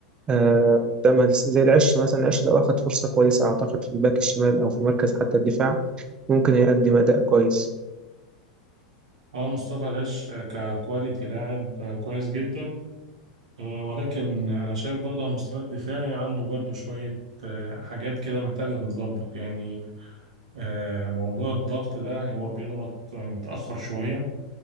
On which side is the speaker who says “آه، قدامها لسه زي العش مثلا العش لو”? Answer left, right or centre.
Right